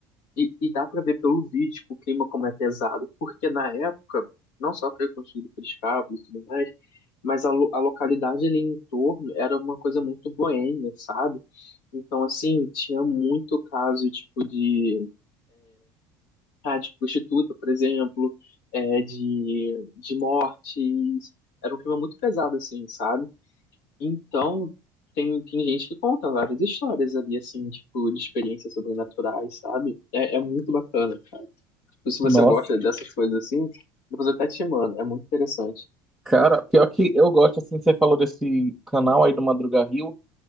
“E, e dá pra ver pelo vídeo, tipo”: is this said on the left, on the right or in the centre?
Left